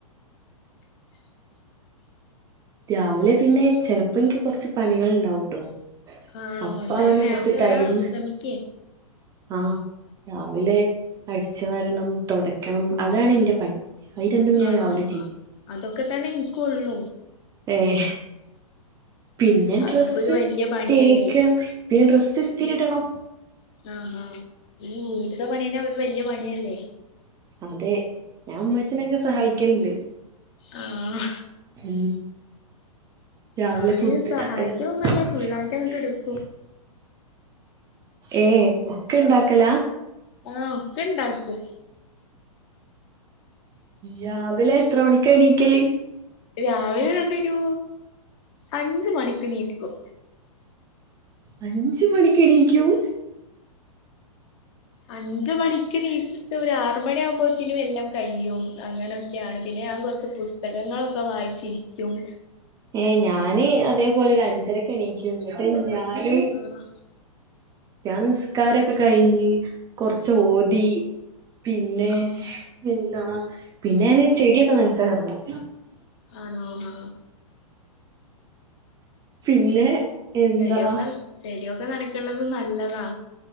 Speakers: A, on the left; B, on the right.
A: <inaudible>
B: രാവിലെ പിന്നെ ചെലപ്പോ എന്ക്ക് കൊറച്ച് പണികൾ ഉണ്ടാവൂട്ടോ
A: ആണോ
B: അപ്പ
A: എന്തായാലും
B: ആണ്
A: നേരത്തെ
B: കുറച്ച് ടൈമ്
A: വരാൻ ശ്രമിക്കേ
B: ആഹ് രാവിലെ അടിച്ചു വാരണം തൊടക്കണം അതാണ് എന്റെ പണി അത് രണ്ടും ഞാൻ
A: ആണോ
B: രാവിലെ ചെയ്യും
A: ആഹ് അതൊക്കെ തന്നെ എനിക്കുവൊള്ളൂ
B: ഏഹ് പിന്നെ
A: അതൊക്കെ
B: ഡ്രസ്സ്
A: ഒരു വല്യ പണിയല്ലേ
B: തേക്ക പിന്നെ ഡ്രസ്സ് ഇസ്തിരി ഇടണം
A: ആഹാ ഈ വീട്ടത്തെ പണീനെ ഒരു വല്യ പണിയല്ലേ
B: അതെ ഞാൻ ഉമ്മച്ചിനെക്കെ സഹായിക്കലുണ്ട്
A: ആഹ്
B: ഉം രാവിലെ
A: ഞാന്
B: ഫുഡ്
A: സഹായിക്കലൊന്നല്ല
B: <unintelligible>
A: ഫുള്ളായിട്ട് അങ്ങട്ട് എടുക്കും
B: ഏഹ് ഒക്കെ ഉണ്ടാക്കല
A: ആഹ് ഒക്കെ ഇണ്ടാക്കും
B: രാവിലെ എത്ര മണിക്ക് എണീക്കല്
A: രാവിലെ ഏതാണ്ടൊരു അഞ്ചുമണിക്ക് എണീക്കും
B: അഞ്ചു മണിക്ക് എണീക്കും
A: അഞ്ചു മണിക്ക് എണീച്ചിട്ട് ഒരു ആറ് മണിയാകുമ്പോഴത്തേനും എല്ലാം കഴിയും അങ്ങനെയൊക്കെയാണ് പിന്നെ ഞാൻ കുറച്ച് പുസ്തകങ്ങളൊക്കെ വായിച്ചിരിക് ക്കും
B: ഏ ഞാന് അതേപോലെ ഒരു അഞ്ചരക്ക് എണീക്കും ന്നട്ട് ഞാനും
A: ആഹ്
B: ഞാൻ നിസ്കാരൊക്കെ കഴിഞ്ഞ് കൊറച്ച് ഓതി പിന്നെ
A: ആഹ്
B: എന്താ പിന്നെ ഞാന് ചെടിയൊക്കെ നനക്കാനിറങ്ങും
A: ആണോ ആഹ്
B: പിന്നെ എന്താ
A: ചെടിയൊക്കെ ചെടിയൊക്കെ നനക്കണത് നല്ലതാ